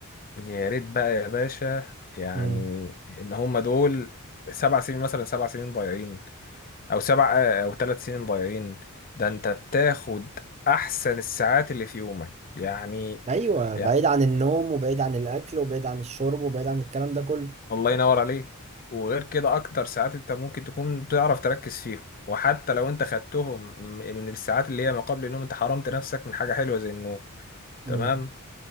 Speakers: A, on the left; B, on the right.
A: يا ريت بقى يا باشا يعني
B: امم
A: ان هم دول سبع سنين مثلا سبع سنين ضايعين او سبع او ثلاث سنين ضايعين ده انت بتاخد احسن الساعات اللي في يومك يعني
B: ايوه
A: يعني
B: بعيد عن النوم وبعيد عن الاكل وبعيد عن الشرب وبعيد عن الكلام ده كله
A: الله ينور عليك وغير كده اكتر ساعات انت ممكن تكون تعرف تركز فيهم وحتى لو انت خدتهم م- من الساعات اللي هي ما قبل النوم انت حرمت نفسك من حاجة حلوة زي النوم
B: امم
A: تمام